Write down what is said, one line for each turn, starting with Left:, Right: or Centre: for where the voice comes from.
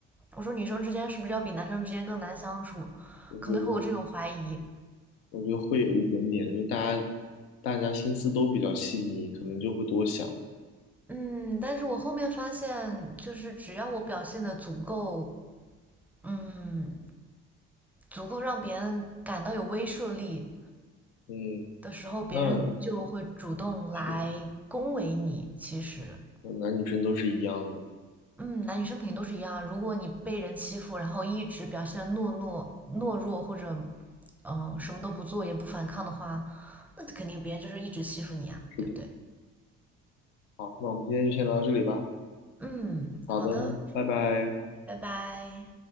Centre: 我说女生之间是不是要比男生之间更难相处？
Left: 我觉得
Centre: 可能会有这种怀疑。
Left: 我觉得会有一点点，因为大家大家心思都比较细腻，可能就会多想。
Centre: 嗯，但是我后面发现，就是只要我表现的足够嗯，足够让别人感到有威慑力
Left: 嗯，
Centre: 的时候，别人就会主动来恭维你。
Left: 那是，
Centre: 其实，
Left: 嗯男女生都是一样的。
Centre: 嗯，男女生肯定都是一样啊如果你被人欺负，然后一直表现的懦懦懦弱，或者嗯、呃什么都不做也不反抗的话，
Left: 嗯，
Centre: 那肯定别人就是一直欺负你啊，
Left: 是的。
Centre: 对不对？
Left: 好，那我们今天就先聊到这里吧。
Centre: 嗯，
Left: 好的，
Centre: 好的，
Left: 拜拜。
Centre: 拜拜。